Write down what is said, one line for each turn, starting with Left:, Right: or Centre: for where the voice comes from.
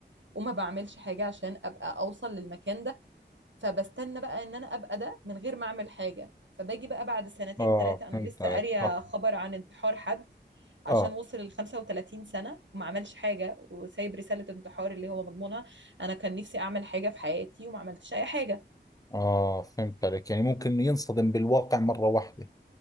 Right: وما بعملش حاجة عشان ابقى اوصل للمكان ده فبستنى بقى ان انا ابقى ده من غير ما اعمل حاجه فباجي بقى بعد سنتين
Left: اه
Right: ثلاثه انا
Left: فهمت
Right: لسه
Left: عليك
Right: قاريه
Left: صح
Right: خبر عن انتحار حد
Left: اه
Right: عشان وصل ل 35 سنه وما عملش حاجه وسايب رساله انتحار اللي هو مضمونها انا كان نفسي اعمل حاجه في حياتي وما عملتش اي حاجه
Left: اه فهمت عليك يعني ممكن إنه ينصدم بالواقع مرة واحدة